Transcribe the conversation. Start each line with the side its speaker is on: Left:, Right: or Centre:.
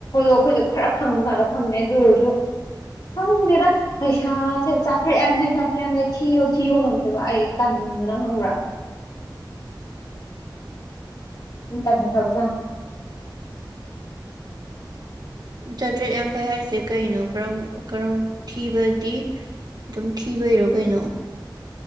Left: ꯑꯩꯈꯣꯏꯗꯣ ꯈꯔ ꯐꯪꯕ ꯖꯥꯠꯗ ꯐꯪꯃꯦ ꯑꯗꯨ ꯑꯣꯏꯔꯁꯨ ꯍꯪꯗꯦꯗ ꯄꯩꯁꯥꯥꯁꯦ ꯆꯥꯇ꯭ꯔꯦ ꯌꯥꯡꯈꯩ ꯆꯥꯇ꯭ꯔꯦ ꯌꯥꯩ ꯊꯤꯌ ꯊꯤꯌꯣ ꯅꯣꯇꯕ ꯇꯝ ꯎꯝꯪ ꯍꯧ꯭ꯔ ꯇꯅ ꯈꯥꯎꯖꯥꯡ
Right: ꯆꯥꯇ꯭ꯔꯦꯠ ꯌꯥꯡꯈꯩ ꯍꯥꯏꯁꯦ ꯀꯩꯅꯣ ꯀꯔ ꯀꯔꯝ ꯊꯤꯕꯗꯤ ꯑꯗꯨꯝ ꯊꯤꯕꯩꯔꯣ ꯀꯩꯅꯣ